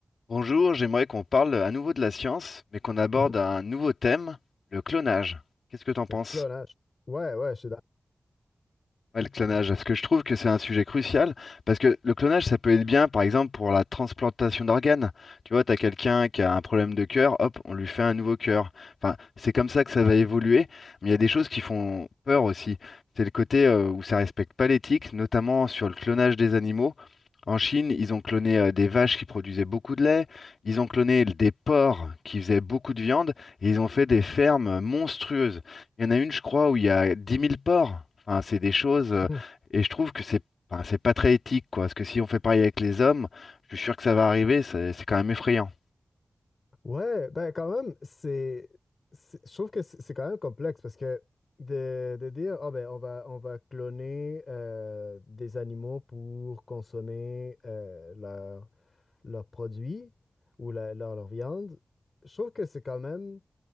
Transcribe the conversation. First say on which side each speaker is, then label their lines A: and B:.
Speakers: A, on the left; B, on the left.
A: Bonjour, j'aimerais qu'on parle à nouveau de la science, mais qu'on aborde
B: Mhm.
A: un nouveau thème, le clonage. Qu'est-ce que t'en penses?
B: Le clonage. Ouais, ouais, je suis d'accord.
A: Ouais, le clonage, parce que je trouve que c'est un sujet crucial, parce que le clonage, ça peut être bien, par exemple, pour la transplantation d'organes. Tu vois, tu as quelqu'un qui a un problème de cœur, hop, on lui fait un nouveau cœur. Enfin, c'est comme ça que ça va évoluer, mais il y a des choses qui font peur aussi. C'est le côté euh, où ça respecte pas l'éthique, notamment sur le clonage des animaux. En Chine, ils ont cloné euh, des vaches qui produisaient beaucoup de lait, ils ont cloné des porcs qui faisaient beaucoup de viande, et ils ont fait des fermes monstrueuses. Il y en a une, je crois, où il y a dix mille porcs. Enfin, c'est des choses. euh,
B: Mhm.
A: et je trouve que c'est enfin, c'est pas très éthique, quoi. Parce que si on fait pareil avec les hommes, je suis sûr que ça va arriver. C'est c'est quand même effrayant.
B: Ouais, ben quand même, c'est, c'est- je trouve que c'est c'est quand même complexe parce que de, de dire, ah ben on va, on va cloner euh, des animaux pour consommer euh, leur- leurs produits ou la- leur, leur viande, je trouve que c'est quand même